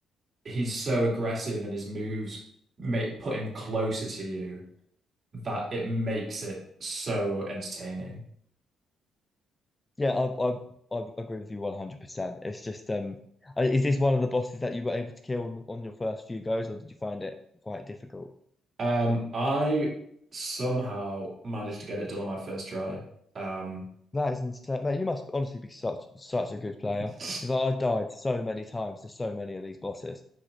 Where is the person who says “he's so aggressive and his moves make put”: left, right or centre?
Right